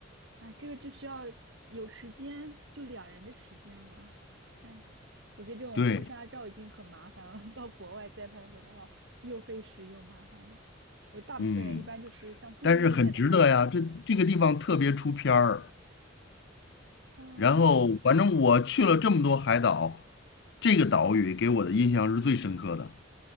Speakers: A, on the right; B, on the left.
A: 哎，这个就需要有时间，就两人的时间了。哎，我觉得这种婚纱照已经很麻烦了，
B: 对，
A: <laughs> 到国外再拍婚纱照又费时又麻烦的。有大部分人一般就是像度蜜月的话会去。
B: 嗯，但是很值得呀，这这个地方特别出片儿。
A: 啊，
B: 然后反正我去了这么多海岛，这个岛屿给我的印象是最深刻的。